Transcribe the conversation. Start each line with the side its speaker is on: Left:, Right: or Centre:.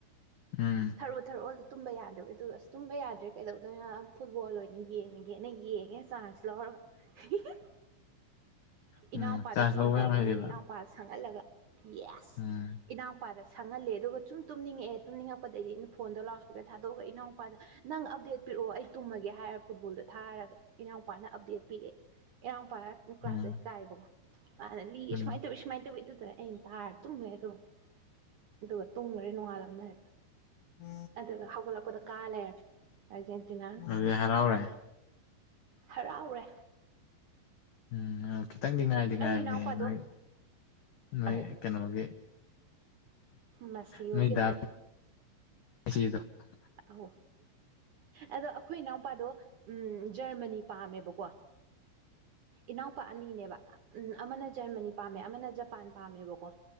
Left: ꯎꯝ
Right: ꯊꯔꯛ ꯊꯔꯛꯑꯣ ꯑꯗꯨ ꯇꯨꯝꯕ ꯌꯥꯗ꯭ꯔꯕ ꯑꯗꯨ ꯑꯁ ꯇꯨꯝꯕ ꯌꯥꯗ꯭ꯔꯦ ꯀꯩꯗꯧꯗꯣꯏꯣ ꯐꯨꯠꯕꯣꯜ ꯑꯣꯏꯅ ꯌꯦꯡꯉꯒꯦꯅ ꯌꯦꯡꯉꯦ ꯆꯥꯟꯁꯦ <unintelligible>
Left: ꯎꯝ
Right: ꯏꯅꯥꯎꯨꯄꯥꯗ
Left: ꯆꯥꯟꯁ
Right: ꯐꯣꯟ
Left: ꯂꯧꯕ
Right: ꯇꯧꯔꯦ
Left: ꯌꯥꯝ ꯍꯩꯔꯦꯕ
Right: ꯑꯗꯨꯒ ꯏꯅꯥꯎꯨꯄꯥꯗ ꯁꯪꯍꯜꯂꯒ ꯌꯦꯁ
Left: ꯎꯝ
Right: ꯏꯅꯥꯎꯨꯄꯥꯗ ꯁꯪꯍꯜꯂꯦ ꯑꯗꯨꯒ ꯁꯨꯝ ꯇꯨꯝꯅꯤꯡꯉꯛꯑꯦ ꯇꯨꯝꯅꯤꯡꯉꯛꯄꯗꯒꯤ ꯑꯩꯅ ꯐꯣꯟꯗꯣ ꯂꯥꯎꯄꯗ ꯊꯥꯗꯣꯛꯑꯒ ꯏꯅꯥꯎꯄꯥꯗ ꯅꯪ ꯑꯞꯗꯦꯠ ꯄꯤꯔꯛꯑꯣ ꯑꯩ ꯇꯨꯝꯃꯒꯦ ꯍꯥꯏꯔ ꯐꯨꯠꯕꯣꯜꯗꯣ ꯊꯥꯔꯒ ꯏꯅꯥꯎꯄꯥꯅ ꯑꯞꯗꯦꯠ ꯄꯤꯔꯛꯑꯦ ꯏꯔꯥꯡꯄꯥꯥꯏꯔꯒ ꯀꯨꯀ꯭ꯔꯥꯁꯦ
Left: ꯎꯝ
Right: ꯀꯥꯏꯕꯀꯣ ꯃꯥꯅ ꯂꯤꯌꯦ
Left: ꯎꯝ
Right: ꯁꯨꯃꯥꯏꯅ ꯇꯧꯋ ꯁꯃꯥꯏꯇ ꯑꯣꯏꯗꯨꯗ ꯑꯩꯟ ꯇꯥꯔ ꯇꯃꯦ ꯑꯗꯨꯣ ꯑꯗꯨꯒ ꯇꯨꯝꯈꯔꯦ ꯅꯣꯡꯉꯥꯜꯂꯝꯅ ꯍꯥꯏꯗ
Left: ꯑꯣꯝ
Right: ꯑꯗꯨꯒ ꯍꯧꯒꯠꯂꯛꯄꯗ ꯀꯥꯜꯂꯦ ꯑꯔꯖꯦꯟꯇꯤꯅꯥ
Left: ꯑꯗꯨꯗꯤ ꯍꯔꯥꯎꯔꯦ
Right: ꯍꯔꯥꯎꯔꯦ
Left: ꯎꯝ ꯑ ꯈꯤꯇꯪꯗꯤ ꯉꯥꯏꯗꯤ
Right: ꯑꯩ
Left: ꯉꯥꯏꯕꯅꯦ
Right: ꯏꯅꯥꯎꯄꯥꯗꯣ
Left: ꯅꯣꯏ ꯅꯣꯏ
Right: ꯑꯧ
Left: ꯀꯩꯅꯣꯒꯤ
Right: ꯃꯁꯤ ꯍꯣꯏꯒꯁꯦ
Left: ꯅꯣꯏ ꯗꯥ <unintelligible>
Right: ꯑꯥꯎ ꯑꯗꯣ ꯑꯩꯈꯣꯏ ꯏꯅꯥꯎꯄꯥꯗꯣ ꯎꯝ ꯖꯔꯃꯅꯤ ꯄꯥꯝꯃꯦꯕꯀꯣ ꯏꯅꯥꯎꯄꯥ ꯑꯅꯤꯅꯦꯕ ꯎꯝ ꯑꯃꯅ ꯖꯔꯃꯅꯤ ꯄꯥꯝꯃꯦ ꯑꯃꯅ ꯖꯄꯥꯟ ꯄꯥꯝꯃꯦꯕꯀꯣ